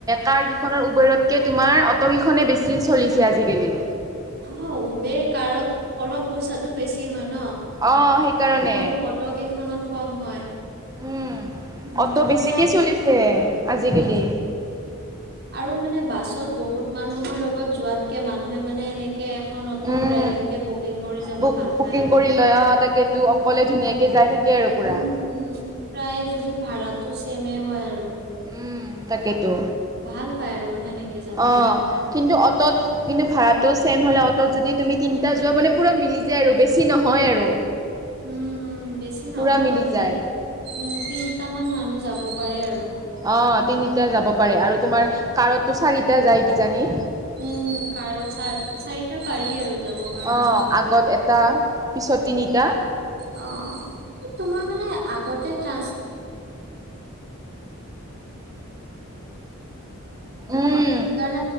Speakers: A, on the right (about 15°); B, on the right (about 45°).
A: কাৰ কেইখনৰ উবেৰতকে তোমাৰ অট কেইখনেই বেছি চলিছে আজিকালি
B: অ উবেৰ কাৰত অলপ পইচাটো বেছি হয় ন
A: অ সেইকাৰণে
B: কিন্তু অট কেইখনত কম হয়
A: উম
B: উ
A: অটো বেছিকে
B: মানে
A: চলিছে আজিকালি
B: আৰু মানে বাছত বহুত মানুহৰ লগত যোৱাতকে মানুহে মানে এনেকে এখন অটো
A: উম
B: প্ৰাইভেট কেে বুকিং কৰি যাব
A: বুক
B: ভাল
A: বুকিং
B: পায় আৰু
A: কৰি লয় অ তাকেতো
B: উ
A: অকলে ধুনীয়াকে যাই থাকে আৰু পুৰা
B: উ প্ৰায় যদি ভাড়াটো চেমে হয় আৰু
A: উম তাকেতো
B: ভাল পায় আৰু সেনেকে যাব
A: অ
B: কাৰণে
A: কিন্তু অটত কিু কি ভাড়াটো চছেম হ'লে অ'ত যদি তুমি তিনিটা যোৱা মানে পু মি যায় আৰু বেছি নহয় আৰু
B: উম হম বেছি
A: পুৰা
B: নহয়
A: মিলি
B: মানে
A: যায়
B: উম তিনটামান মানুহ যাব পাৰে আৰু
A: অ তিনিটা যাব পাৰে আৰু তোমাৰ কাৰতটো চাৰিটা যায় কিজানি
B: উম কাৰত চ চাৰিটা পাৰি আৰু যাবৰ কাৰণে
A: অ আগত এটা পিছত তিনিটা
B: অ তোমাৰ মানে আগতে <unintelligible>
A: উম
B: ন